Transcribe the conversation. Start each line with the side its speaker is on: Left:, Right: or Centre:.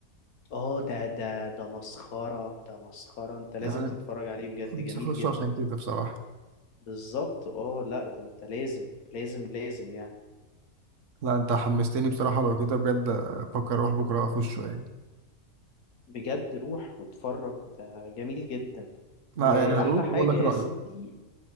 Left: اه ده ده ده مسخرة ده مسخرة انت لازم
Right: يعني أنا
Left: تتفرج عليه بجد
Right: نفسي
Left: جميل
Right: أخشه
Left: جدا
Right: عشان كده بصراحة
Left: بالظبط اه لا ده انت لازم لازم لازم يعني
Right: لا انت حمستني بصراحة لو كده بجد آه، افكر اروح بكرة اخشه يعني
Left: بجد روح واتفرج ده جميل جدا
Right: لا
Left: واحلى
Right: يعني آه. هروح
Left: حاجة
Right: واقول لك
Left: يا
Right: رأيي
Left: سيدي